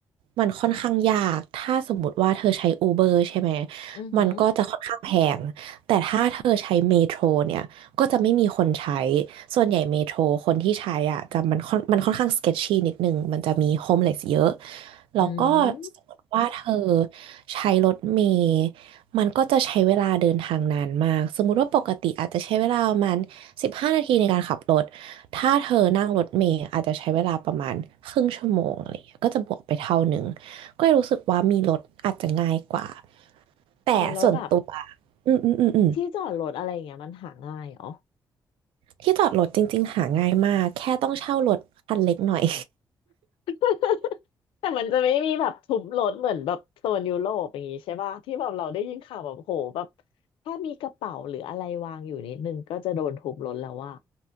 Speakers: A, on the right; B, on the left.
A: มันค่อนข้างยาก ถ้าสมมติว่าเธอใช้ Uber ใช่ไหม
B: อือหือ
A: มันก็จะค่อนข้างแพง แต่ถ้าเธอใช้เมโทรเนี่ย ก็จะไม่มีคนใช้ ส่วนใหญ่เมโทรคนที่ใช้อ่ะจะมันค่อนมันค่อนข้าง sketchy นิดนึงมันจะมี homeless เยอะ แล้วก็สมมติว่าเธอ
B: อืม
A: ใช้รถเมล์มันก็จะใช้เวลาเดินทางนานมากสมมุติว่าปกติอาจจะใช้เวลาประมาณสิบห้านาทีในการขับรถ ถ้าเธอนั่งรถเมล์อาจจะใช้เวลาประมาณครึ่งชั่วโมงอะไรอย่างเงี้ยก็จะบวกไปเท่าหนึ่งก็เลยรู้สึกว่ามีรถอาจจะง่ายกว่าแต่ส่วนตัว
B: เอาแล้วแบบ
A: อืมอืมอืมอืม
B: ที่จอดรถอะไรอย่างเงี้ยมันหาง่ายเหรอ
A: ที่จอดรถจริงๆหาง่ายมากแค่ต้องเช่ารถคันเล็กหน่อย
B: <laughs> แต่มันจะไม่มีแบบทุบรถเหมือนแบบโซนยุโรปอย่างงี้ใช่ป่ะที่แบบเราได้ยินข่าวแบบโหแบบถ้ามีกระเป๋าหรืออะไรวางอยู่นิดนึงก็จะโดนทุบรถแล้วว่า